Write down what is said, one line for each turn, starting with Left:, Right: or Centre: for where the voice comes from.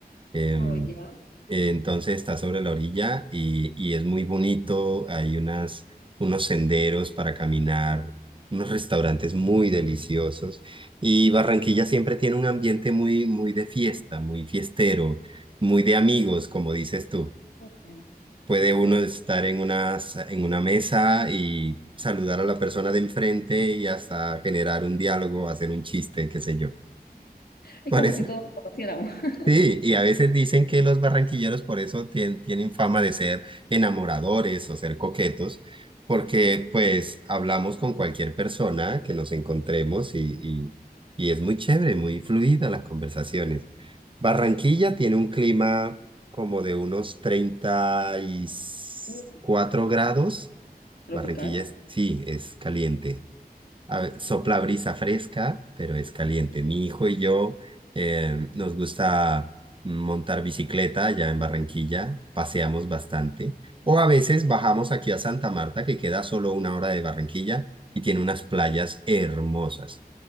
Right: Em,
Left: Oh, ya.
Right: entonces está sobre la orilla y, y es muy bonito. Hay unas, unos senderos para caminar, unos restaurantes muy deliciosos. Y Barranquilla siempre tiene un ambiente muy, muy de fiesta, muy fiestero, muy de amigos, como dices tú.
Left: Oh, ya.
Right: Puede uno
Left: Muy-
Right: estar en una, en una mesa y saludar a la persona de enfrente y hasta generar un diálogo, hacer un chiste, qué sé yo.
Left: es
Right: Parece
Left: como si todos nos conociéramos. <laughs>
Right: Sí, y a veces dicen que los barranquilleros por eso tien- tienen fama de ser enamoradores o ser coquetos, porque pues hablamos con cualquier persona que nos encontremos y, y, y es muy chévere, muy fluida las conversaciones. Barranquilla tiene un clima como de unos treinta y
Left: Uh,
Right: cuatro
Left: wow.
Right: grados.
Left: Tropical.
Right: Barranquilla es- sí, es caliente a ve- sopla brisa fresca, pero es caliente. Mi hijo y yo eh, nos gusta montar bicicleta ya en Barranquilla, paseamos bastante. O a veces bajamos aquí a Santa Marta, que queda solo una hora de Barranquilla y tiene unas playas hermosas.